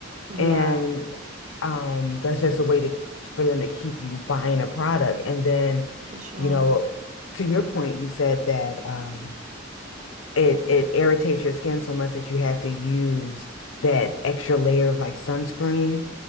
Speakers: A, on the right; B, on the left.
A: Yeah,
B: And um that's just a way to for them to keep you buying a product. And then,
A: for sure.
B: you know, to your point, you said that um it it irritates your skin so much that you have to use that extra layer of like sunscreen.